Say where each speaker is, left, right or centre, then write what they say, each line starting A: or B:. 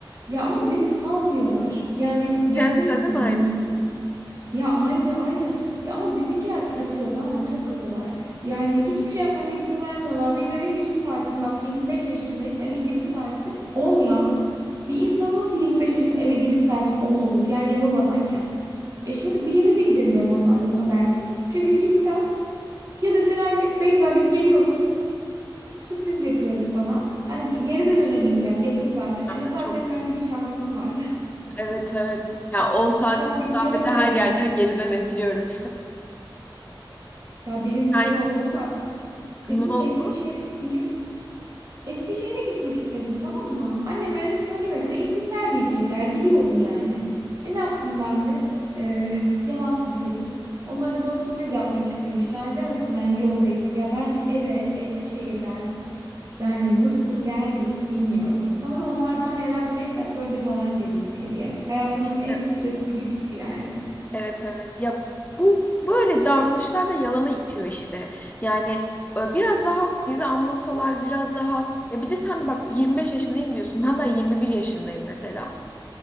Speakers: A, on the right (about 40°); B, on the left (about 20°).
A: Ya ama beni salmıyorlar. Yani yakın
B: Sen, sen de mi
A: bizim
B: aynısın?
A: Ya aynı aynı. Ya ama bizimkiler katı tamam mı? Çok katılar. Yani hiçbir şey yapmama izin vermiyorlar. Benim eve giriş saatim bak 25 yaşındayım. Eve giriş saatim 10 ya. Bir insan nasıl 25 yaşında eve giriş saati 10 olur? Yani Yalova'dayken. E şimdi bir yere de gidemiyorum onlardan habersiz. Çünkü gitsem ya deseler ki Beyza biz geliyoruz. Sürpriz yapıyoruz sana. Hani geri de dönemeyeceğim. Yakın zaten.
B: Aa,
A: En azından
B: Çok
A: senin
B: kötü.
A: öyle bir şansın var.
B: Evet evet. Ya 10
A: <laughs>
B: saatlik
A: Çat kapı
B: mesafede
A: gelemezler.
B: her yerden geri dönebiliyorum.
A: Ya benim bir
B: Sen
A: kere oldu zaten.
B: ne
A: Dedim
B: oldu?
A: ki Eskişehir'e gideyim. Eskişehir'e gitmek istedim tamam mı? Anneme de söylemedim ve izin vermeyecekler biliyorum yani. E ne yaptım ben de? Ee, <laughs> yalan söyledim. Onlar da bana sürpriz yapmak istemişler. Demesinler mi yoldayız? Ya ben eve Eskişehir'den yani nasıl geldim bilmiyorum. Sanırım onlardan bir herhalde 5 dakika önce falan girdim içeriye. Hayatımın
B: E-
A: en stresli günüydü yani.
B: Evet evet. Ya bu böyle davranışlar da yalana itiyor işte. Yani e, biraz daha bizi anlasalar biraz daha ya bir de sen bak 25 yaşındayım diyorsun. Ben daha 21 yaşındayım mesela.